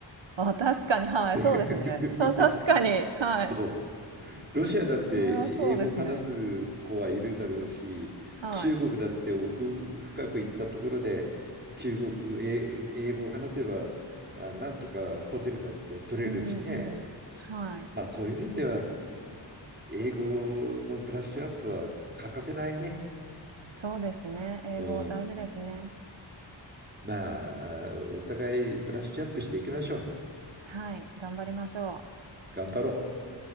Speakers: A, on the right; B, on the right.
A: あ、確かに、はい、そうですね。
B: <laughs>
A: そう、確かに、はい。
B: そうロシアだって英語を話す子はいるだろうし、
A: それはそうですね。はい。
B: 中国だって奥深く行ったところで中国、え英語を話せばななんとかホテルだって取れるしね。
A: うんうん。はい。
B: まあそういう意味では英語のブラッシュアップは欠かせないね。
A: そうですね。英語大事ですね。
B: うんまあ、お互いブラッシュアップしていきましょう。
A: はい、頑張りましょう。
B: 頑張ろう。